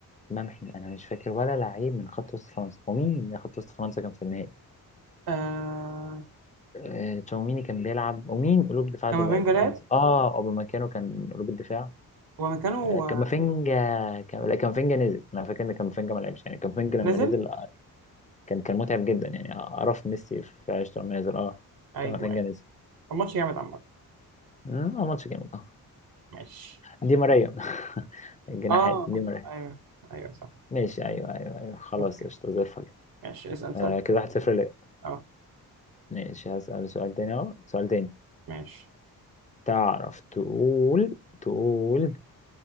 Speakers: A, on the left (about 20°); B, on the right (about 70°).
A: ممحي انا مش فاكر ولا لعيب من خط وسط فرنسا ومين من خط وسط فرنسا كان في النهائي
B: آه،
A: آه، تشاوميني كان بيلعب ومين قلوب دفاع
B: كامافينجا
A: ده بقى ده فرنسا
B: لعب
A: اه اوبامكانو كان قلوب الدفاع
B: هو مكانه
A: آه،
B: آه،
A: كامافينجا كام... لا كامافينجا نزل انا فاكر ان كامافينجا ما لعبش يعني كامافينجا لما
B: نزل
A: نزل آه، كان كان متعب جدا يعني اعرف ميسي في عشرة لما نزل اه
B: ايوه
A: كامافينجا
B: ايوه
A: نزل
B: كان ماتش جامد عامة
A: مم، اه ماتش جامد اه
B: ماشي
A: دي ماريا <laughs> الجناحات
B: اه
A: دي ماريا
B: ايوه ايوه صح
A: ماشي ايوه ايوه ايوه خلاص
B: اوكي
A: قشطة زي الفل
B: ماشي اسأل
A: آه
B: سؤال
A: كده واحد صفر ليه
B: اه
A: ماشي هسأل سؤال تاني اهو سؤال تاني
B: ماشي
A: تعرف تقول تقول